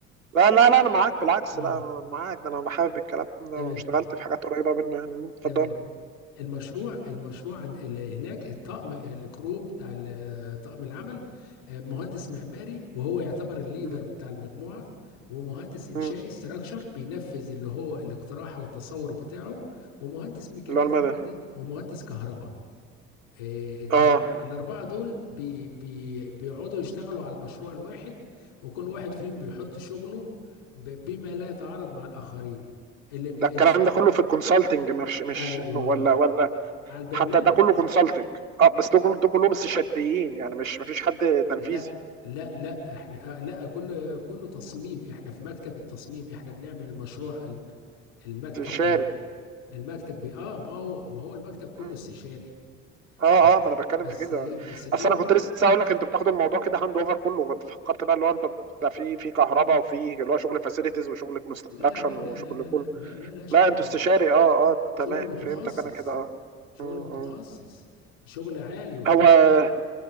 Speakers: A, on the right (about 90°); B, on the left (about 75°).
A: لا لا لا انا معاك بالعكس
B: اه
A: لا انا معاك ده انا بحب الكلام ده
B: تمام
A: واشتغلت في حاجات قريبه منه يعني مم، اتفضل
B: تمام المشروع المشروع عند اللي هناك الطقم الكرو بتاع ال- طقم العمل آه، مهندس معماري وهو يعتبر الليدر
A: مم،
B: بتاع المجموعة ومهندس إنشائي
A: مم،
B: استراكشر بينفذ اللي هو الاقتراح والتصور بتاعه ومهندس ميكانيكا
A: اللي هو المدني
B: ومهندس, ومهندس كهرباء آه، ال-
A: اه
B: الأربعة دول بي بي بيقعدوا يشتغلوا على المشروع الواحد وكل واحد فيهم بيحط شغله ب- بما لا يتعارض مع الآخرين اللي بي...
A: ده الكلام
B: ال-
A: ده كله في الكونسلتنج مش مش
B: ايوه
A: ولا ولا
B: على البرنامج
A: حتى ده كله كونسلتنج اه بس ده كله ده كلهم استشاريين يعني مش مفيش حد تنفيذي
B: لا لا لا احنا آه، لا كله كله تصميم احنا في مكتب التصميم احنا بنعمل المشروع الم- المكتب
A: استشاري
B: بي المكتب بي اه ما هو ما هو المكتب كله
A: مم.
B: استشاري
A: اه
B: بس
A: اه ما انا بتكلم
B: بس
A: في كده
B: ايه بس دول
A: اصل انا كنت لسه هقول لك انتوا بتاخدوا الموضوع كده هاند اوفر كله كنت فكرت بقى اللي هو انت بتاع في في كهرباء وفي اللي هو شغل فاسيلتيز وشغل كونستراكشن
B: لا لا لا
A: وشغل
B: لا لا لا
A: كله
B: لا لا, لا شغل
A: لا انتوا استشاري اه اه
B: شغل
A: تمام
B: متخصص
A: فهمتك انا كده اه
B: شغل
A: مم،
B: متخصص
A: مم.
B: شغل عالي وحلو
A: هو